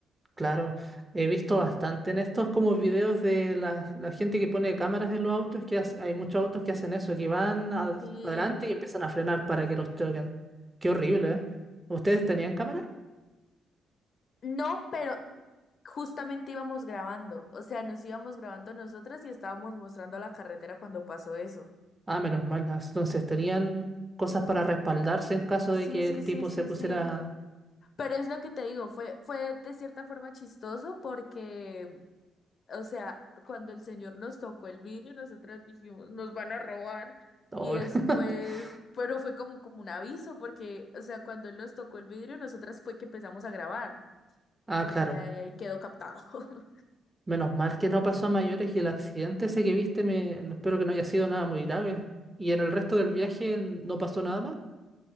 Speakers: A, on the right; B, on the left.
A: claro. He visto bastante en estos como videos de la, la gente que pone cámaras en los autos, que hace- hay muchos autos que hacen eso, que van ad-
B: Sí,
A: adelante y empiezan a frenar para que los choquen. Qué horrible, ¿eh? ¿Ustedes
B: sí.
A: tenían cámaras?
B: No, pero justamente íbamos grabando, o sea, nos íbamos grabando nosotras y estábamos mostrando la carretera cuando pasó eso.
A: Ah, menos mal. Ah, Entonces tenían cosas para respaldarse en caso
B: Sí,
A: de que
B: sí,
A: el
B: sí,
A: tipo
B: sí,
A: se pusiera...
B: sí. Pero es lo que te digo, fue, fue de cierta forma chistoso porque, o sea, cuando el señor nos tocó el vidrio, nosotras dijimos, nos van a robar.
A: Oh,
B: Y después,
A: <laughs>
B: pero fue como, como un aviso porque, o sea, cuando él nos tocó el vidrio, nosotras fue que empezamos a grabar
A: Ah, claro.
B: y ya y ahí quedó captado. <laughs>
A: Menos mal que no pasó a mayores y el accidente ese que viste, me... no, espero que no haya sido nada muy grave. ¿Y en el resto del viaje no pasó nada más?